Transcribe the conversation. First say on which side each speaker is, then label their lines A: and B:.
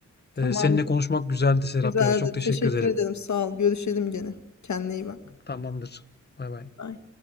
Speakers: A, on the left; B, on the left.
A: Tamamdır.
B: E, seninle konuşmak güzeldi Serap
A: Güzeldi.
B: ya. Çok teşekkür
A: Teşekkür
B: ederim.
A: ederim. Sağ ol. Görüşelim gene. Kendine iyi bak.
B: Tamamdır. Bay bay.
A: Bye.